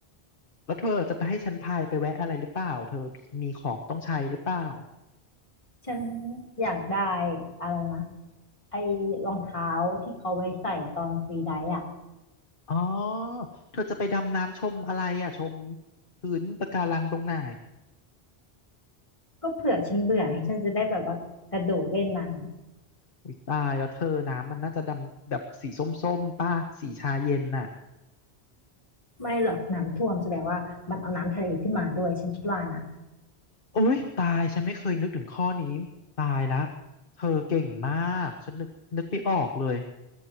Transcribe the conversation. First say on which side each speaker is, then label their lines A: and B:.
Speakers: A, on the left (about 55°); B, on the left (about 30°).
A: แล้วเธอจะไปให้ฉันพายไปแวะอะไรหรือเปล่าเธอมีของต้องใช้หรือเปล่า
B: ฉันอยากได้อะไรนะไอ้รองเท้าที่เขาไว้ใส่ตอนฟรีไดฟ์อ่ะ
A: อ๋อเธอจะไปดำน้ำชมอะไรอ่ะชมพื้นปะการังตรงไหน
B: ก็เผื่อฉันเบื่อให้ฉันจะได้แบบว่ากระโดดเล่นน้ำ
A: อุ๊ยตายแล้วเธอน้ำมันน่าจะดำแบบสีส้มๆป่ะสีชาเย็นน่ะ
B: ไม่หรอกน้ำท่วมแสดงว่ามันเอาน้ำทะเลขึ้นมาด้วยฉันคิดว่านะ
A: โอ๊ยตายฉันไม่เคยนึกถึงข้อนี้ตายละเธอเก่งมากฉันนึกนึกไม่ออกเลย